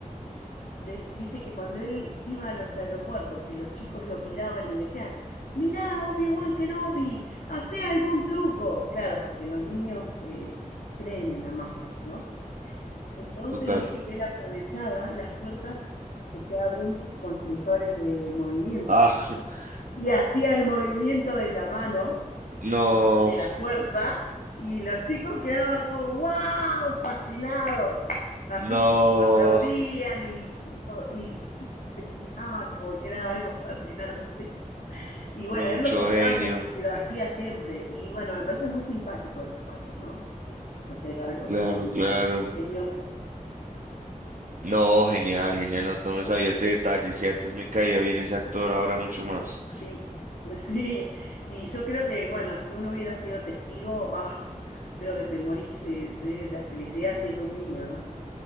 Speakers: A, on the left; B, on the right.
A: des- dice que cuando él iba a los aeropuertos y los chicos lo miraban y decían, mirá, Obi-Wan Kenobi, hace algún truco. Claro, porque los niños eh, creen en la magia, ¿no? Entonces
B: total.
A: dice que él aprovechaba las puertas que se abren con sensores de movimiento
B: Ah, <laughs>
A: y hacía el movimiento de la mano
B: no,
A: de la fuerza y los chicos quedaban como, wow, fascinados. Así
B: no,
A: aplaudían y, y te gritaban como que era algo <laughs> fascinante. Y
B: pero
A: bueno,
B: mucho
A: él lo contaba
B: genio,
A: que lo hacía siempre. Y bueno, me parece muy simpático de su parte, ¿no? Hacer algo
B: claro,
A: tan
B: claro.
A: ingenioso.
B: No, genial, genial, no, no me sabía ese detalle, si antes me caía bien ese actor, ahora mucho más.
A: Sí, <laughs> sí. Y yo creo que, bueno, si uno hubiera sido testigo, ah, creo que te morís de, de la felicidad siendo un niño, ¿no?